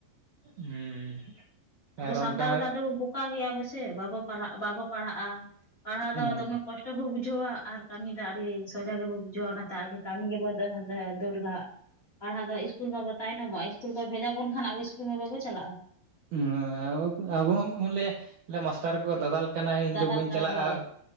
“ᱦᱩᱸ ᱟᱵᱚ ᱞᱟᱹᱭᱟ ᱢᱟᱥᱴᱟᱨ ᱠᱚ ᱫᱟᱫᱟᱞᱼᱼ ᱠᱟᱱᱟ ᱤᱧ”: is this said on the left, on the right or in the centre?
Right